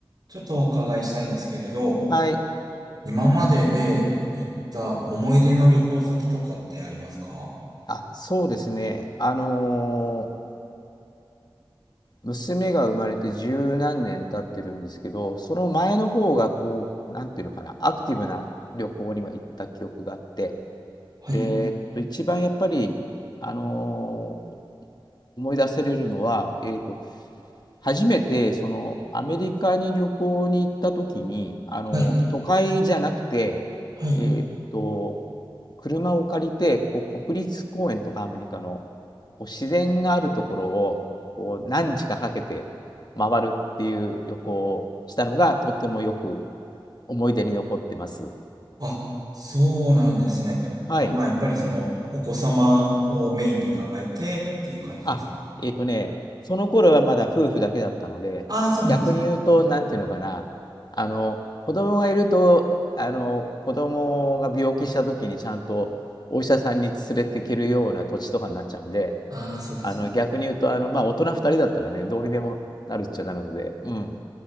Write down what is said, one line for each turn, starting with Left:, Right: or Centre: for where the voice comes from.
Right: ちょっとお伺いしたいんですけれど、
Left: はい。
Right: 今までで行った思い出の旅行先とかってありますか
Left: あ、そうですね。あのー娘が生まれて十何年経ってるんですけど、その前の方がこう、なんていうのかな、アクティブな旅行には行った記憶があって、
Right: はい、
Left: で、えっと、一番やっぱり、あのー思い出せれるのは、えっと、初めてそのアメリカに旅行に行った時に、あの都会じゃなくて、
Right: はい、はい。
Left: えっと、車を借りてこう国立公園とかアメリカのこう自然があるところをこう何日かかけて回るっていう旅行をしたのがとってもよく思い出に残ってます。
Right: あ、そうなんですね。
Left: はい。
Right: あ、まあ、やっぱりその、お子様をメインに考えてっていう感じですかね。
Left: あ、えっとね、その頃はまだ夫婦だけだったので、
Right: ああ、そうなんですね。
Left: 逆に言うと、なんていうのかな、あの、子供がいると、あの、子供が病気した時にちゃんとお医者さんに連れていけるような土地とかになっちゃうんで、
Right: ああ、そうですね。
Left: あの、逆に言うと、あの、まあ、大人2人だったらね、どうにでもなるっちゃなるので、うん、